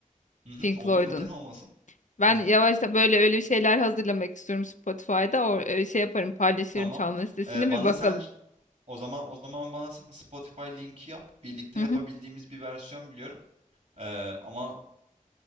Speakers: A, on the right (about 60°); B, on the left (about 60°).
A: Hı hı,
B: Pink
A: olur
B: Floyd'un.
A: neden olmasın?
B: Ben
A: Hı hı,
B: yavaştan böyle öyle bir şeyler hazırlamak istiyorum Spotify'da. O e, şey yaparım, paylaşırım
A: tamam.
B: çalma listesini
A: Ee,
B: bir
A: bana
B: bakalım.
A: sen ş- o zaman o zaman bana sen Spotify linki yap. Birlikte
B: Hı
A: yapabildiğimiz
B: hı.
A: bir versiyon biliyorum. Ee, ama